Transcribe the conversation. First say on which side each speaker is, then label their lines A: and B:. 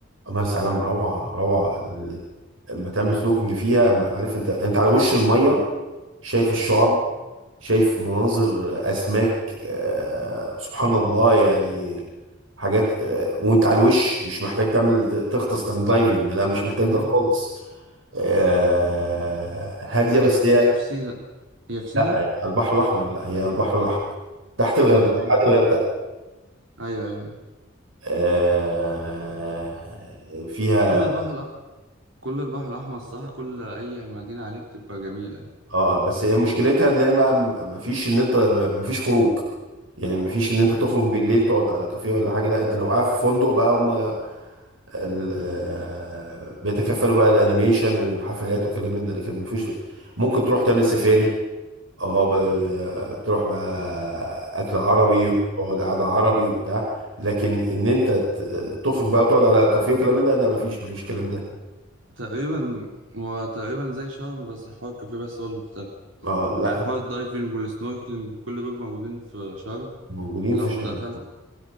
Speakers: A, on the right (about 90°); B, on the right (about 70°).
A: مرسى علم روعه روعه ال- لما تعمل سنوكينج فيها عارف انت انت على وش الميه شايف الشعاب
B: مم.
A: شايف مناظر اسماك آه، سبحان الله يعني حاجات آه، وانت على الوش مش محتاج تعمل تغطس تعمل دايفنج لا مش محتاج
B: مم.
A: ده خالص آه، هاديه
B: هي
A: بس هي
B: هي في سينا هي في سينا
A: لا هي على البحر الاحمر لا هي على البحر الاحمر تحت الغردقه
B: ايوه على البحر
A: بعد
B: الأحمر.
A: الغردقه
B: ايوه ايوه
A: آه، فيها
B: كل البحر لا كل البحر الاحمر الصراحه كل اي مدينه عليه بتبقى جميله
A: اه بس هي مشكلتها ان هي ما ما فيش ان انت ما فيش خروج يعني ما فيش ان انت تخرج بالليل تقعد على كافيه ولا حاجه لا انت لو قاعد في فندق بقى هم ال- بيتكفلوا بقى الانيميشن والحفلات وكلام من ده لكن مفيش ممكن تروح تعمل سفاري اه ب- تروح بقى اكل عربي وتقعد قعده عربي وبتاع لكن ان انت ت- تخرج بقى وتقعد على كافيه وكلام من ده لا مفيش مفيش الكلام ده
B: تقريبا هو تقريبا زي شرم بس حوار الكافيه بس هو اللي مختلف
A: اه لا
B: يعني حوار الدايفنج والسنوركلينج وكل دول موجودين في شرم
A: موجودين
B: لو
A: في شرم
B: دخلت